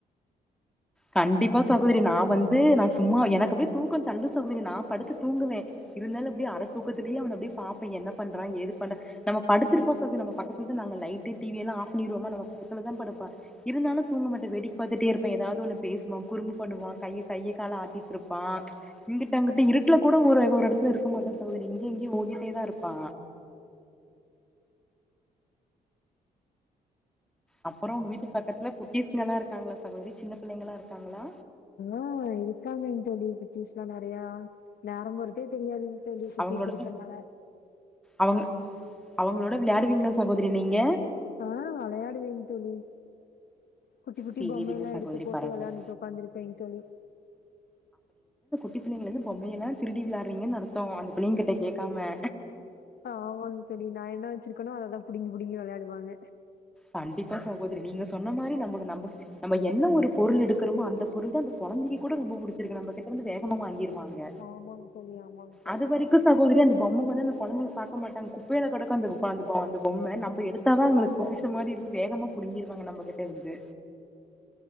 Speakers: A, in the centre; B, on the left.
A: கண்டிப்பா சகோதரி நா வந்து நா சும்மா எனக்கு அப்பே தூக்கோ தள்ளு சகோதரி நா படுத்து தூங்குவே இருந்தாலு அப்டே அர தூக்கத்தூலியே அவன அப்டி பாப்ப என்ன பண்றா ஏது பண்றா நம்ம படுத்திருப்போ சகோ நம்ம பக்கத்துல்தா ந ங்க லைட்டு டிவி எல்லா ஆஃப் பண்ணிருவோமானாலு பக்கத்துல தா படுப்ப இருந்தாலு தூங்க மாட்ட வேடிக் பாத்துட்டே இருப்ப எதாவ்து ஒன்னு பேசுவா குறம்பு பண்ணுவா கைய கைய கால ஆட்டிட்ருப்பா இங்கிட்டு அங்கட்டு இருட்டுல கூட ஒரு ஒரெடத் துல இருக்க
B: சரிங்க
A: மாட்டா சகோதரி
B: தோழி.
A: இங்யு இங்யு ஓடிட்டேதா இருப்பா அப்பறோ உங்க வீட்டு பக்கத்துல குட்டீஸ்ங்கல்லா இருக்காங்களா சகோதரி சின்ன பிள்ளைங்களா இருக்காங்களா
B: ஆ இருக்காங்கங் தோழி குட்டீஸ்லா நெறைய நேரம் போறதே தெரியாதுங் தோழி குட்டிஸ்
A: அவங்களோட
B: இருக்கனால
A: அவங்க அவங்களோட விளையாடுவீங்ளா சகோதரி நீங்க
B: ஆ வளையாடுவேங் தோழி குட்டி குட்டி
A: சேரிங்க
B: பொம்மைையெல்லா
A: சகோதரி
B: எடுத்து போட்டு
A: பரவால்ல
B: வெளையாண்டுகிட்டு உக்காந்துருப்பேங் தோழி
A: ட்டி பிள்ளைங்கலந்து பொம்யெல்லா திருடி விளாட்றீங்கன் அர்த்தோ அந்த பிள்ளைங்க கிட்ட கேக்காம
B: ஆமாங் தோழி நா என்னா வ ச்ருக்கணோ அத தா புடுங்கி புடுங்கி வெளயாடுவாங்க
A: கண்டிப்பா சகோதிரி நீங்க சொன்ன மாரி நம்பக்கு நம்பக் நம்ப என்ன ஒரு பொருள் எடுக்குறோமோ அந்த பொருள் தா அந்த கொழந்தைக்கி கூட ரொம்ப புடிச்சுருக்கு நம்ப கிட்டருந்து வேகமா வாங்கிருவா ங்க
B: ஆமாங்க தோழி ஆமாங்க தோழி
A: அது வரைக்கு சகோதிரி அந்த பொம்ம வந்து அந்த கொழந்தைங்க பாக்க மாட்டாங்க குப்பைல கடக்கு அந்த கா அந்த பா அந்த பொம்ம நம்ப எடுத்தா தா அவுங்களுக்கு பொக்கிஷ் ஷம் மாரிருக்கு வேகமா புடுங்கிருவாங்க நம்ப கிட்டருந்து